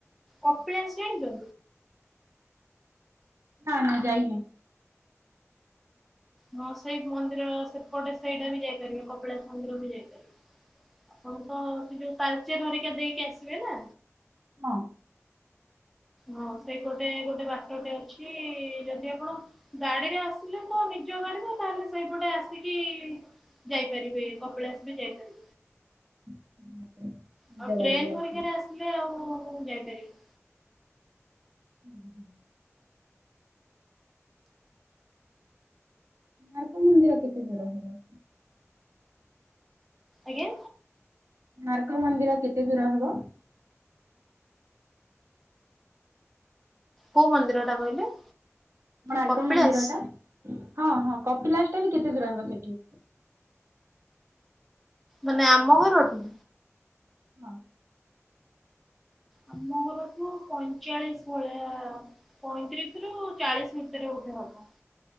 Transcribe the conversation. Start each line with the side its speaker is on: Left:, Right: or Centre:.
Centre: କପିଳାସ ଜାଣିଚନ୍ତି?
Right: ନା ନା ଯାଇନି।
Centre: ହଁ ସେଇ ମନ୍ଦିର ସେପଟେ ସେଇଟା ବି ଯାଇପାରିବେ। କପିଳାସ ମନ୍ଦିର ବି ଯାଇପାରିବେ। ଆପଣ ତ ସେ ଯୋଉ ତାଳଚେର ହରିକା ଦେଇକି ଆସିବେ ନା?
Right: ହଁ।
Centre: ହଁ ସେଇ ପଟେ ଗୋଟେ ବାଟ ଟେ ଅଛି, ଯଦି ଆପଣ ଗାଡିରେ ଆସିଲେ ତ ନିଜ ଜ ଗାଡିରେ ତାହେଲେ ସେଇପଟେ ଆସିକି ଯାଇପାରିବେ, କପିଳାସ ବି ଯାଇପାରିବେ।
Right: <inaudible>
Centre: ଆଉ ଟ୍ରେନ୍
Right: ଗାଡିରେ ଅଛି।
Centre: ହରିକାରେ ଆସିଲେ ଆଉ ଯାଇପାରିବେନି।
Right: ଉଁ, ହୁଁ। ନାଲକ୍ ମନ୍ଦିର କେତେ ଦୂର ହେବ?
Centre: ଆଜ୍ଞା।
Right: ନାରକ୍ ମନ୍ଦିର କେତେ ଦୂର ହେବ?
Centre: କୋଉ ମନ୍ଦିର ଟା କହିଲେ?
Right: କୋଣାର୍କ
Centre: କପିଳାସ
Right: ମନ୍ଦିର ଟା ହଁ, ହଁ କପିଲାସ ଟା ବି କେତେ ଦୂର ହେବ ସେଠି?
Centre: ମାନେ ଆମ ଘରଠୁ।
Right: ହଁ।
Centre: ଆମ ଘରଠୁ ପଇଁଚାଳିଶ ଭଳିଆ ପଇଁତିରିଶରୁ ଚାଳିଶ ଭିତରେ ବୋଧେ ହବ।